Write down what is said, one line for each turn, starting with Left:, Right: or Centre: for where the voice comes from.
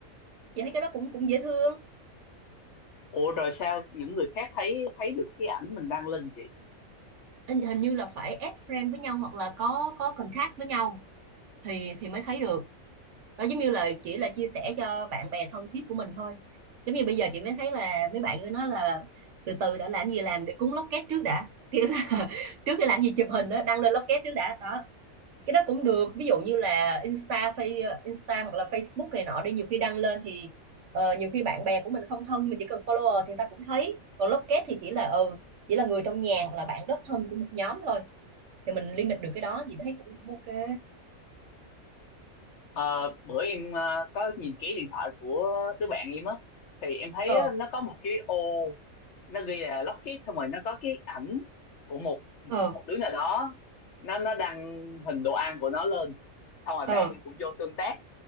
Right: chị thấy cái đó cũng cũng dễ thương
Left: Ủa rồi sao những người khác thấy thấy được cái ảnh mình đăng lên chị?
Right: hình hình như là phải add friend với nhau hoặc là có có contact với nhau thì thì mới thấy được đó giống như là chỉ là chia sẻ cho bạn bè thân thiết của mình thôi giống như bây giờ chị mới thấy là mấy bạn cứ nói là từ từ đã làm gì làm để cúng lốc két trước đã kiểu là <laughs> trước khi làm gì chụp hình đó đăng lên lốc két trước đã đó cái đó cũng được ví dụ như là Insta Face Insta hoặc là Facebook này nọ đi nhiều khi đăng lên thì ờ, nhiều khi bạn bè của mình không thân nhưng mà chỉ cần follower thì người ta cũng thấy còn lốc két thì chỉ là ừ chỉ là người trong nhà hoặc là bạn rất thân của một nhóm thôi thì mình limit được cái đó thì thấy cũng, cũng ok
Left: Ờ, bữa em ờ, có nhìn kỹ điện thoại của đứa bạn em á thì em thấy
Right: ờ
Left: á, nó có một cái ô nó ghi là Lockheed xong rồi nó có cái ảnh của một
Right: ờ
Left: của một đứa nào đó nó nó đăng hình đồ ăn của nó lên xong rồi
Right: ờ
Left: bạn em cũng vô tương tác